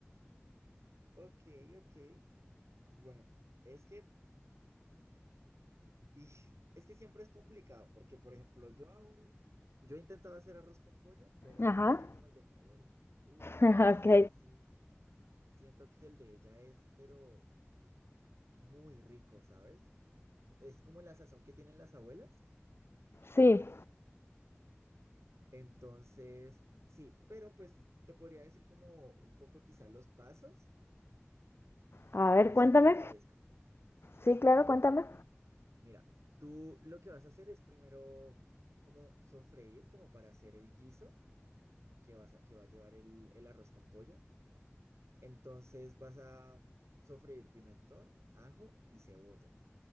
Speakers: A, on the right; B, on the left.
A: Ok, ok. Bueno, es que, ish, es que siempre es complicado, porque por ejemplo, yo aún, yo he intentado hacer arroz con pollo, pero
B: Ajá.
A: no me queda como el de mi abuela. Uy, el
B: <laughs>
A: de mi abuela
B: Ok.
A: sí. Siento que el de ella es, pero muy rico, ¿sabes? Es como la sazón que tienen las abuelas
B: Sí.
A: Entonces, sí, pero pues te podría decir como un poco quizá los pasos,
B: A ver,
A: no
B: cuéntame.
A: sé qué te parezca.
B: Sí, claro, cuéntame.
A: Mira, tú lo que vas a hacer es primero como sofreír, como para hacer el guiso que vas a- que va a llevar el, el arroz con pollo. Entonces vas a sofreír pimentón, ajo y cebolla,